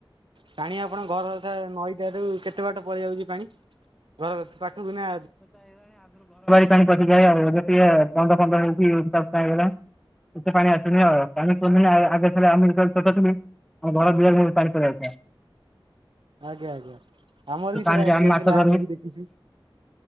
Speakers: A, on the right (about 65°); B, in the centre.
A: ପାଣି ଆପଣ ଘର ଟା ନଈଟା ରୁ କେତେ କେତେ ବାଟ ପଳେଇ ଆଉଛି ପାଣି ଘର ପାଖ କୁ ନା
B: ଣି ପ ଆଉ ଟିକେ ପନ୍ଦର ପନ୍ଦର ହେଇଛିଗଲା <unintelligible> ଏତେ ପାଣି ଆସୁନି ଆଉ ପାଣି ଆଉ ଆଗ ଆମଟି <unintelligible> ଆମ ଘର ଦୁଆର ସବୁ ପାଣି ପଳି ଆଉଥିଲା।
A: ଆଜ୍ଞା ଆଜ୍ଞା ଆମର
B: ସେ
A: ବି ଥରେ
B: ପାଣିରେ
A: ଆସିଯାଇଥିଲା
B: ଆମେ ମାଛ ଧରୁ
A: ଆମେ ବି ଦେଖିଛୁ।